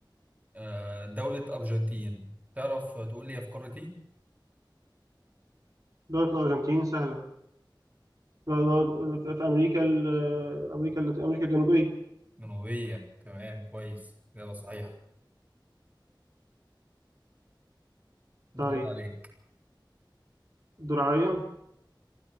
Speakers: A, on the right (about 20°); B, on the right (about 45°).
A: آه، دولة أرجنتين تعرف تقول لي هي في قارة إيه؟
B: دولة الأرجنتين سهلة لا، دولة- في في أمريكا ال- أمريكا اللاتين- أمريكا الجنوبية
A: جنوبية تمام كويس إجابة صحيحة الدور
B: طيب
A: عليك
B: الدور عليا